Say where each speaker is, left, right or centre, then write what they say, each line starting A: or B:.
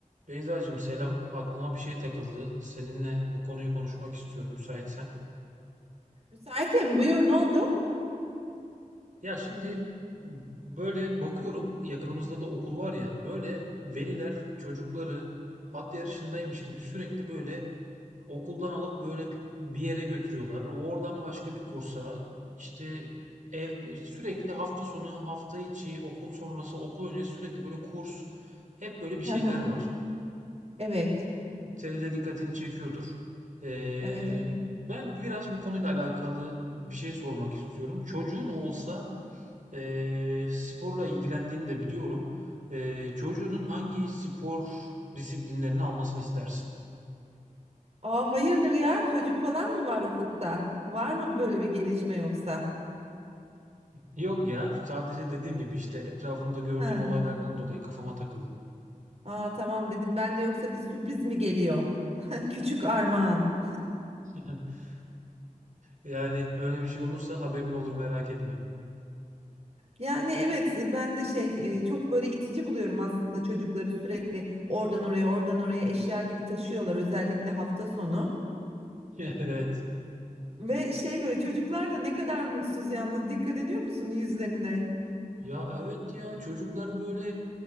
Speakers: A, on the right; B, on the right.
A: Beyzacığım selam. Aklıma bir şey takıldı. Seninle bu konuyu konuşmak istiyorum müsaitsen.
B: Müsaitim. Buyur ne oldu?
A: Ya şimdi böyle bakıyorum yakınımızda da okul var ya böyle veliler çocukları at yarışındaymış gibi sürekli böyle okuldan alıp böyle bir bir yere götürüyorlar. Oradan başka bir kursa işte ev sürekli hafta sonu hafta içi okul sonrası okul öncesi sürekli böyle kurs hep böyle bir şeyler
B: Hı hı.
A: var.
B: Evet.
A: Senin de dikkatini çekiyordur. Ee,
B: Evet evet.
A: ben biraz bu konuyla alakalı bir şey sormak istiyorum. Çocuğun olsa ee, sporla ilgilendiğini de biliyorum. Ee, çocuğunun hangi spor disiplinlerini almasını istersin?
B: Aa, hayırdır ya? Çocuk falan mı var ufukta? Var mı böyle bir gelişme yoksa?
A: Yok ya, sadece dediğim gibi işte etrafımda gördüğüm
B: Hı.
A: olaylardan dolayı kafama takıldı.
B: Aa, tamam dedim ben de yoksa bir sürpriz mi geliyor? <laughs> Küçük armağan.
A: <laughs> Yani öyle bir şey olursa haberin olur merak etme.
B: Yani evet ben de şey e, çok böyle itici buluyorum aslında çocukları sürekli oradan oraya oradan oraya eşya gibi taşıyorlar özellikle hafta sonu.
A: <laughs> Evet.
B: Ve şey böyle çocuklar da ne kadar mutsuz yalnız dikkat ediyor musun yüzlerine?
A: Ya evet ya çocuklar böyle